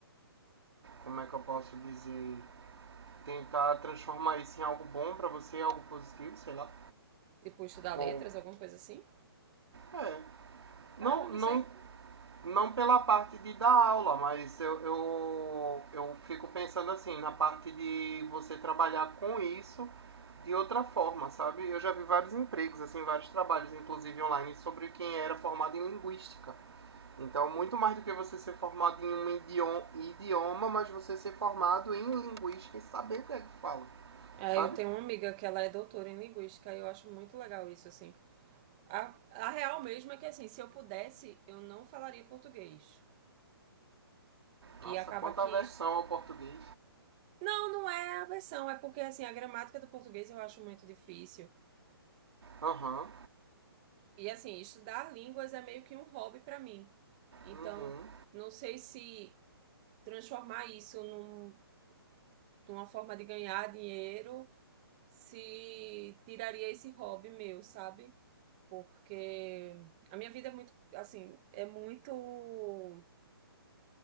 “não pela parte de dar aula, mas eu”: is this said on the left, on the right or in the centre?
Right